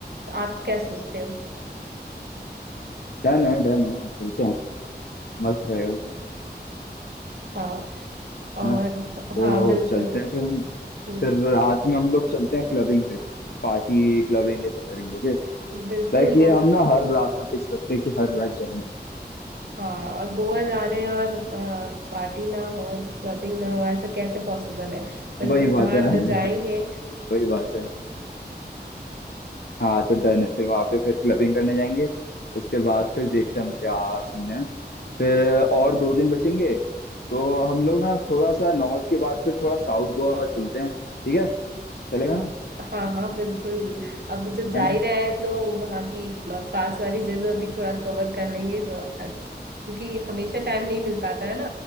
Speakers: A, on the right (about 65°); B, on the left (about 65°).
A: तो आप क्या सोचते हो
B: डन है डन है चलते हैं मस्त रहेगा
A: हाँ और
B: है ना तो
A: हाँ बिल्कुल
B: चलते हैं फिर हम
A: हम्म
B: फिर रात में हम लोग चलते हैं क्लबिंग पे पार्टी क्लबिंग ये सब करेंगे ओके
A: बिल्कुल
B: लाइक
A: गो
B: ये हम ना हर रात का फिक्स रखते हैं कि हर रात जाएंगे
A: हाँ गोवा जा रहे हैं और पार्टी ना हो क्लबिंग ना हो ऐसा कैसे पॉसिबल है बिल्कुल
B: वही बात
A: वहां
B: है ना
A: तो जाएंगे
B: <laughs> वही बात है हाँ तो डन है फिर वहां पे फिर क्लबिंग करने जाएंगे उसके बाद फिर देखते हैं हम क्या सीन है फिर और दो दिन बचेंगे तो हम लोग ना थोड़ा सा नॉर्थ के बाद फिर थोड़ा साउथ गोवा चलते हैं ठीक है चलेगा
A: हाँ
B: ना
A: हाँ हाँ बिल्कुल अब जब जा
B: है ना
A: ही रहे हैं तो वहाँ की अ, पास वाली जगह भी थोड़ा कवर कर लेंगे तो अच्छ- क्योंकि हमेशा टाइम नहीं मिल पाता है ना